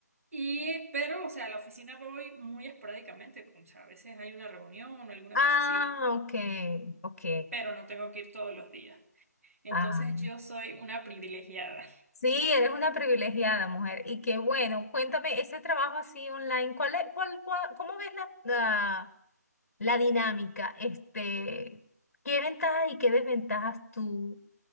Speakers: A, on the right; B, on the left.
A: Y, pero, o sea, a la oficina voy muy esporádicamente, como, o sea, a veces hay una reunión o alguna
B: Ah,
A: cosa así,
B: ok, ok.
A: pero no tengo que ir todos los días. Entonces
B: Ah.
A: yo soy una privilegiada.
B: Sí, eres una privilegiada mujer. Y qué bueno, cuéntame, ese trabajo así online, ¿cuál es, cuál, cuál- cómo ves la, la, la dinámica? Este, ¿qué ventajas y qué desventajas tú